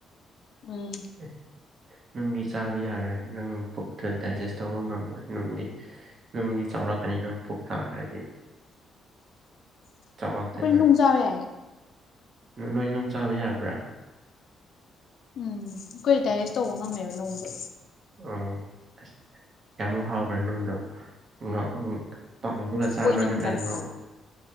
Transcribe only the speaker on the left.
ꯎꯝ
<unintelligible>
ꯑꯩꯈꯣꯏ ꯅꯨꯡ ꯆꯥ ꯍꯥꯏꯌꯦ
ꯎꯝ ꯀꯏꯇꯥꯔꯦꯁꯨ ꯇꯧꯕ ꯉꯝꯃꯦꯕ ꯅꯣꯡꯁꯦ
ꯑꯣꯏꯅꯝꯕꯅꯦ